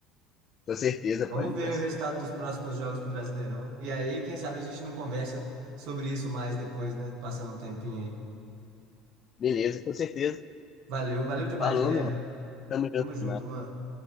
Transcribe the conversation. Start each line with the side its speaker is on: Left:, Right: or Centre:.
Left: Com certeza,
Right: Vamos
Left: pode, a gente
Right: ver
Left: vai ser
Right: o resultado
Left: campeão.
Right: dos próximos jogos do Brasileirão. E aí, quem sabe a gente não conversa sobre isso mais depois, né? Passando um tempinho aí.
Left: Beleza, com certeza.
Right: Valeu, valeu demais,
Left: Falou,
Right: Guilherme.
Left: meu mano. Tamo junto
Right: Tamo junto,
Left: demais.
Right: mano.